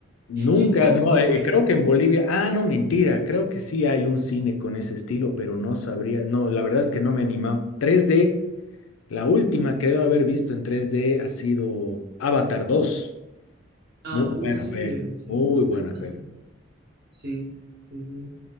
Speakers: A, on the left (about 80°); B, on the right (about 50°).
A: nunca,
B: está
A: no,
B: muy bueno.
A: eh, creo que en Bolivia, ah, no, mentira, creo que sí hay un cine con ese estilo, pero no sabría, no, la verdad es que no me he animado. 3D, la última que debo haber visto en 3D ha sido Avatar 2.
B: Ah,
A: Muy buena
B: uh, sí,
A: peli,
B: sí,
A: muy buena
B: hace-
A: peli.
B: sí, sí, sí.